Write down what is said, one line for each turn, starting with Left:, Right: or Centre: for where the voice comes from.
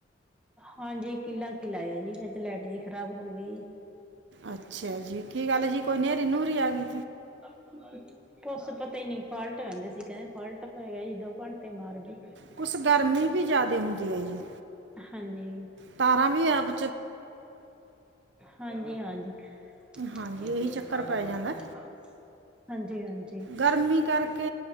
Centre: ਹਾਂਜੀ ਕਿਲਾ ਲਾਇਆ ਹੀ ਏਥੇ ਲੈਟ ਰੀ ਖਰਾਬ ਹੋ ਗੀ।
Right: ਅੱਛਾ ਜੀ, ਕੀ ਗੱਲ ਜੀ ਕੋਈ ਨੇਰ੍ਹੀ-ਨੂਰੀ ਆ ਗੀ?
Centre: <unintelligible> ਕੁਛ ਪਤਾ ਈ ਨੀਂ ਫਾਲਟ ਕੈਂਦੇ ਸੀ, ਕੈੰਦੇ ਫਾਲਟ ਪੈ ਗਿਆ ਜੀ ਦੋ ਘੰਟ ਤੇ ਮਾਰ ਗੀ।
Right: ਕੁਛ ਗਰਮੀ ਵੀ ਜਾਦੇ ਹੁਨ ਦੀ ਐ ਜੀ।
Centre: ਹਾਂਜੀ।
Right: ਤਾਰਾਂ ਵੀ ਐ ਬ
Centre: ਹਾਂਜੀ, ਹਾਂਜੀ।
Right: ਹਾਂਜੀ
Centre: ਮਾਸੀ
Right: ਇਹੀ
Centre: ਇਸ
Right: ਚੱਕਰ
Centre: ਨਾਲੋਂ
Right: ਪੈ
Centre: ਤੇ
Right: ਜਾਂਦਾ
Centre: <unintelligible> ਹਾਂਜੀ ਹਾਂਜੀ।
Right: ਗਰਮੀ ਕਰਕੇ